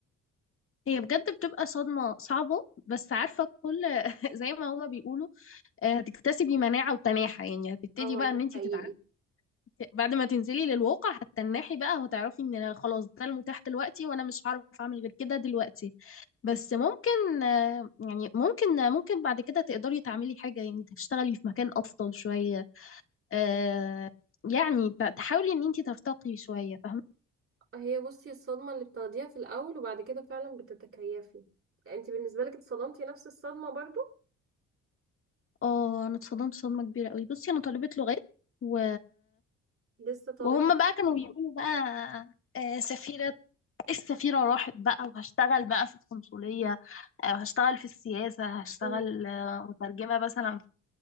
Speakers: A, on the left; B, on the right.
A: هي بجد بتبقى صدمه صعبه بس عارفه كل <laughs> زي ما هما بيقولوا آه، هتكتسبي مناعة وتناحة يعني هتبتدي
B: اه
A: بقى ان
B: ده
A: انت
B: حقيقي
A: تتعافي بعد ما تنزلي للواقع هتتنحي بقى وهتعرفي ان أنا خلاص ده المتاح دلوقتي وانا مش هعرف اعمل غير كده دلوقتي بس ممكن آه، يعني ممكن ممكن بعد كده تقدري تعملي حاجة يعني تشتغلي في مكان افضل شوية آه، يعني ت- تحاولي ان انت ترتقي شوية فاهمة
B: هي بصي الصدمة اللي بتاخديها في الاول وبعد كده فعلا بتتكيفي انت بالنسبة لك اتصدمتي نفس الصدمة برضو
A: اه انا اتصدمت صدمة كبيرة قوي بصي انا طالبة لغات و
B: لسه طالبة
A: وهم بقى كانوا بيقولوا بقى آه، سفيرة إيه السفيرة راحت بقى وهشتغل بقى في القنصلية آه، وهشتغل في السياسة هشتغل
B: مم. <laughs>
A: آه، مترجمة مثلا في